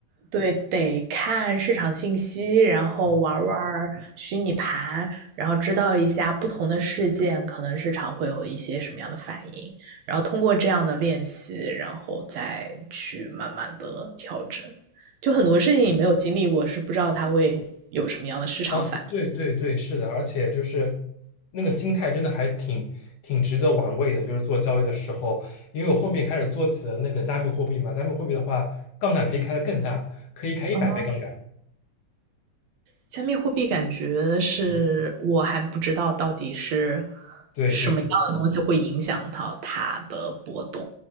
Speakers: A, on the right; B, on the left.
A: 对，得看市场信息，然后玩儿玩儿虚拟盘，
B: 嗯
A: 然后知道一下不同的事件，可能市场会有一些什么样的反应，然后通过这样的练习，然后再去慢慢的调整。就很多事情你没有经历过，是不知道它会有什么样的市场反应。
B: 啊，对对对，是的，而且就是那个心态真的还挺挺值得玩味的，就是做交易的时候，因为我后面开始做起了那个加密货币嘛，加密货币的话，杠杆可以开得更大，可以开一百倍杠杆。
A: 啊，加密货币感觉是我还不知道到底是
B: 嗯，对对对。
A: 什么样的东西会影响到它的波动。